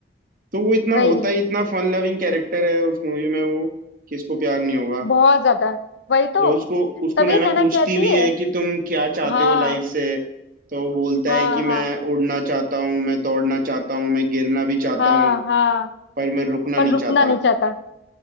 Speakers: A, on the right (about 50°); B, on the left (about 75°).
A: तो वो इतना
B: वही
A: होता ही इतना फन लविंग कैरेक्टर है उस मूवी में वो किसको प्यार नहीं होगा
B: बहुत ज्यादा वही तो
A: ये उसको उसको
B: तभी
A: नैना
B: नैना
A: पूछती
B: कहती
A: भी
B: है
A: है कि तुम क्या चाहते
B: हाँ
A: हो लाइफ से तो वो बोलता
B: हाँ
A: है कि
B: हाँ
A: मैं उड़ना चाहता हूँ मैं दौड़ना चाहता हूँ मैं गिरना भी चाहता
B: हाँ
A: हूँ
B: हाँ
A: पर मैं रुकना
B: पर
A: नहीं
B: रुकना
A: चाहता
B: नहीं चाहता